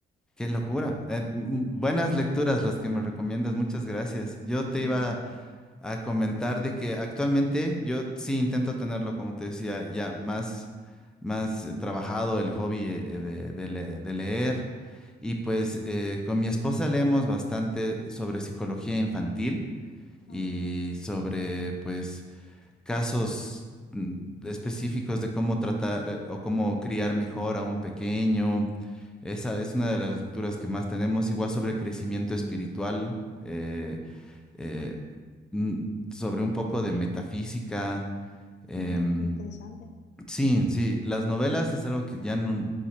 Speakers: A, in the centre; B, on the left.
A: Qué locura. Eh, m- buenas lecturas las que me recomiendas, muchas gracias. Yo te
B: Mm,
A: iba
B: a ti.
A: a comentar de que actualmente yo sí intento tenerlo, como te decía, ya más, más eh, trabajado el hobby eh, eh, de, de le- de leer. Y pues eh, con mi esposa leemos bastante sobre psicología infantil y
B: Ah,
A: sobre pues casos mm, específicos de cómo tratar eh, o cómo criar mejor a un pequeño. Esa es una de las lecturas que más tenemos, igual sobre crecimiento espiritual, eh, eh, mm, sobre un poco de metafísica. em,
B: uh, qué interesante.
A: Sí, sí, las novelas es algo que ya no,